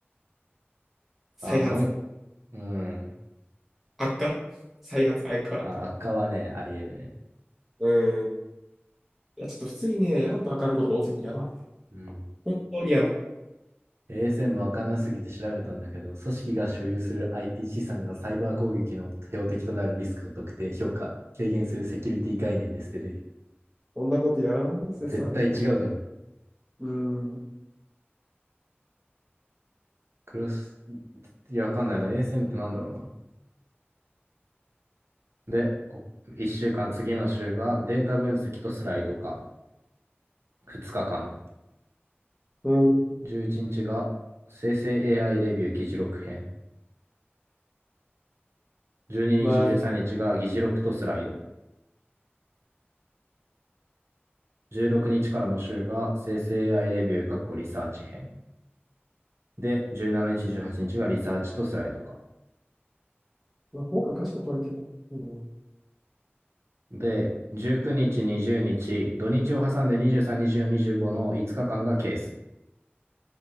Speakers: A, in the centre; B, on the right (about 85°).
A: 再発。
B: あ、もう一、うん。
A: 悪化再発、悪化、悪化。
B: あ、悪化はね、あり得るね。
A: うん。いや、ちょっと普通にね、やらんとあかんことが多すぎてやばい。
B: うん。
A: 本当にやばい。
B: ASM わかんなすぎて調べたんだけど、組織が所有する IT 資産がサイバー攻撃の標的となるリスクを特定、評価、軽減するセキュリティ概念ですってできる。
A: こんなことやらん説あるけど。
B: 絶対違うだろう。
A: うん。
B: クロス、いや、わかんないな。ASM ってなんだろうな。で、こ1週間、次の週がデータ分析とスライド化。2日間。
A: うん。
B: 11日が生成 AI レビュー議事録編。12日、
A: まず、
B: 13日が議事録とスライド。16日からの週が生成 AI レビュー、リサーチ編。で、17日、18日がリサーチとスライド化。
A: まあ、今回ガチ断りてるな。うん。
B: で、19日、20日、土日を挟んで23、24、25の5日間がケース。